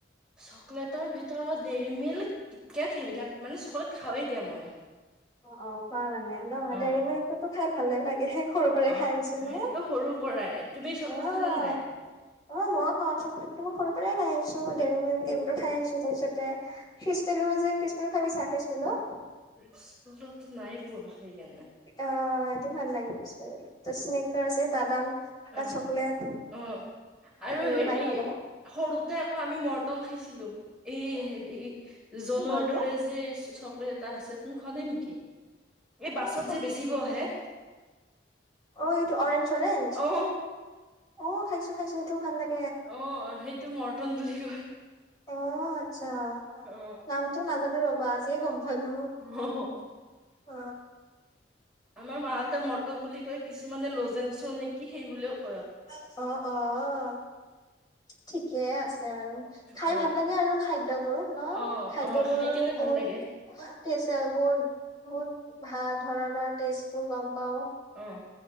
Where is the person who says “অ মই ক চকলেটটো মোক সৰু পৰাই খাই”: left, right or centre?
Left